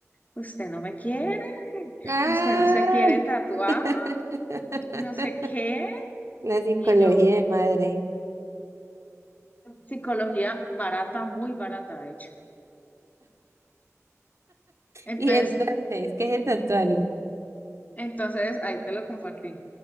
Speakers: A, on the left; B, on the right.
A: usted no me quiere,
B: Ah,
A: usted no se quiere tatuar,
B: <laughs>
A: y no sé qué.
B: la psicología
A: Y yo,
B: de madre.
A: psicología barata, muy barata, de hecho. Entonces,
B: Y entonces, ¿qué se tatuaron?
A: entonces ahí te lo compartí.